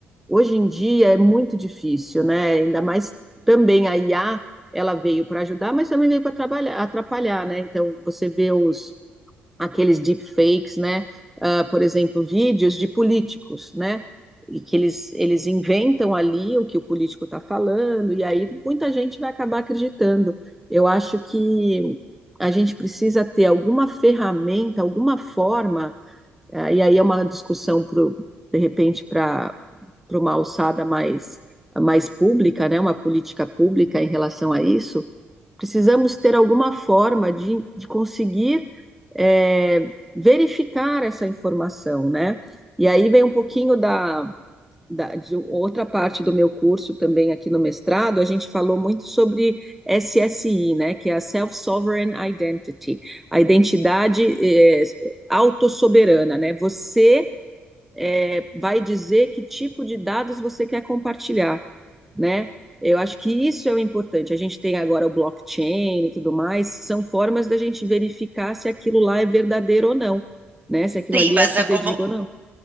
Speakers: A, in the centre; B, on the right.
A: Hoje em dia é muito difícil, né? Ainda mais também a IA, ela veio para ajudar, mas também veio para trabalhar, atrapalhar, né? Então você vê os aqueles deepfakes, né? Ah, por exemplo, vídeos de políticos, né? E que eles, eles inventam ali o que o político está falando, e aí muita gente vai acabar acreditando. Eu acho que a gente precisa ter alguma ferramenta, alguma forma ah, E aí é uma discussão, pro, de repente, para uma alçada mais, mais pública, né? Uma política pública em relação a isso. Precisamos ter alguma forma de, de conseguir eh, verificar essa informação, né? E aí vem um pouquinho da, da- de outra parte do meu curso também aqui no mestrado, a gente falou muito sobre SSI, né, que é a Self-Sovereign Identity, a identidade eh, autossoberana, né? Você eh, vai dizer que tipo de dados você quer compartilhar, né? Eu acho que isso é o importante. A gente tem agora o blockchain e tudo mais, são formas da gente verificar se aquilo lá é verdadeiro ou não, né? Se aquilo
B: Sim,
A: ali
B: mas
A: é fidedigno
B: é como
A: ou não.